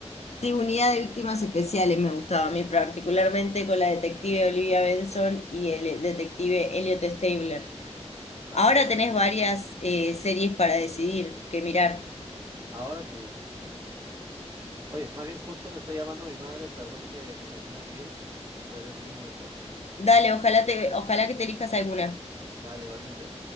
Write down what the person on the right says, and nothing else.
Tal
cual.
Ahora sí. Oye, más bien justo me está llamando mi madre, perdón que, que me tenga que ir. Regreso en un momento.
Dale, igualmente.